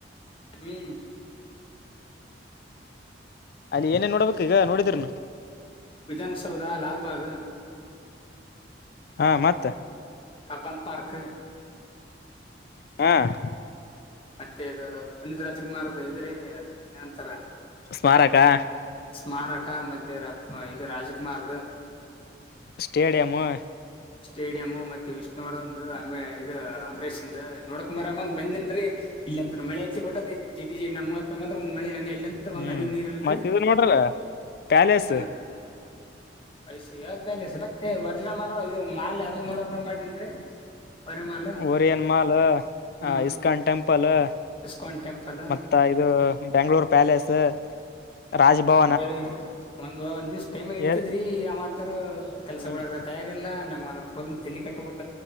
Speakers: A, on the left; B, on the left.
A: ಹು
B: ಅಲ್ಲಿ ಏನ ಏನ ನೋಡ್ಬೇಕ ಈಗ ನೋಡಿದ್ರನ.
A: ವಿಧಾನಸೌಧ ಲಾಲ್ಬಾಗ್.
B: ಹಾ ಮತ್ತ.
A: Cubbon park.
B: ಹು
A: ಮತ್ತೆ ಇದ ಪುನೀತ್ ರಾಜ್ಕುಮಾರ್ ಇದುರಿ ಅದು ಏನಂತಾರ.
B: ಸ್ಮಾರಕಾ.
A: ಸ್ಮಾರಕಾ ಮತ್ತೆ ರಪ್ ಇದು ರಾಜಕುಮಾರದ.
B: ಸ್ಟೇಡಿಯಮು
A: ಸ್ಟೇಡಿಯಮ್ ಮತ್ತೆ ವಿಷ್ಣುವರ್ದಂದು ಅ ಅಂ ಇದು ಅಂಬರೀಷ್ಂದ ನೋಡ್ಕೊಂಬರಕ ಅಂತ ಬಂದನ್ರರಿ ಇಲ್ಲಾಂತ ಮಳೆ ಹೆಚ್ಚಿ ಬಿಟ್ಟದಿ ಜಿಟಿ ಜಿ ನಮ್ಮ ಉರ್ನಗ ಒಂದ್ ಮಳೆ ಇಲ್ಲ ಅ
B: ಹ್ಮ್
A: ಒಂದ್ ಹನಿ ನೀರ್ ಇಲ್ರಿ
B: ಮತ್ತ ಇದು ನೋಡ್ರಲ್ಲ ಪ್ಯಾಲೇಸ್
A: ಹಾ ಐಸಿ ಆದಾದ್ಮೇಲೆತ್ತ ವರ್ಜ್ರ ಮಾಲ್ ಇ ಮಾಲ್ ಯಾವ್ದ್ ನೋಡ ಮಾಡಿನ ರೀ ಹೊರ ಮಾಲ್
B: ಓರಿಯನ್ ಮಾಲ್
A: ಹ್ಮ್
B: ಆ ಇಸ್ಕಾನ್ ಟೆಂಪಲು
A: ಇಸ್ಕಾನ್ ಟೆಂಪಲು
B: ಮತ್ತ ಇದು ಬೆಂಗ್ಗಳೂರು ಪ್ಯಾಲೇಸು ರಾಜ್ಭವ
A: ಅದೇ <inaudible> ಒಂದ್ ಒಂದ್ ದಿವ್ಸ ಟೈಮ್ ಇಡ್ತದ್ರೀ
B: ಏರ್
A: ಅವಂತರು ಕೆಲ್ಸ
B: ಹ್ಮ್
A: ಬುಡಕ ತಯಾರಿಲ್ಲಾ ನಮ್ ಅಂದ್ರ ಫೋಲ್ ತಲೆ ಕಟಾಬಿಟ್